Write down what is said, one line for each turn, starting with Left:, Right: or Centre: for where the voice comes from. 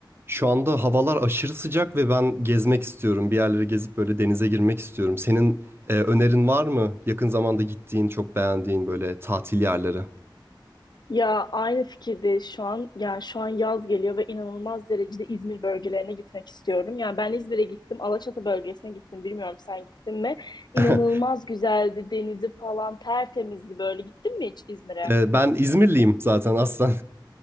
Right: Şu anda havalar aşırı sıcak ve ben gezmek istiyorum. Bir yerleri gezip böyle denize girmek istiyorum. Senin e, önerin var mı? Yakın zamanda gittiğin, çok beğendiğin böyle tatil yerleri.
Left: Ya aynı fikirde şu an yani şu an yaz geliyor ve inanılmaz derecede İzmir bölgelerine gitmek istiyorum. Yani ben İzmir'e gittim, Alaçatı bölgesine gittim. Bilmiyorum sen gittin mi? İnanılmaz
Right: <laughs>
Left: güzeldi denizi falan tertemizdi böyle. Gittin mi hiç İzmir'e?
Right: E, ben İzmirliyim zaten aslen.